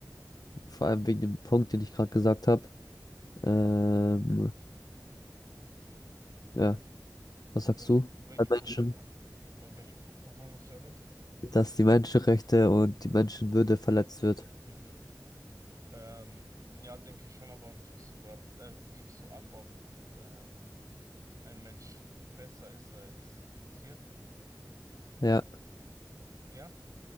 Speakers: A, on the left; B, on the right.
A: vor allem wegen dem Punkt, den ich gerade gesagt habe. Ähm, ja, was
B: Welchen,
A: sagst du?
B: welchen
A: Bei Menschen,
B: Punkt nochmal? Äh, Welchen Punkt nochmal hast du erwähnt?
A: dass die Menschenrechte und die Menschenwürde verletzt wird.
B: Mhm. Ähm, ja, denke ich schon, aber wiegst du grad, äh, wiegst du ab, ob ähm, ein Mensch besser ist als ein Tier?
A: Ja,
B: Ja?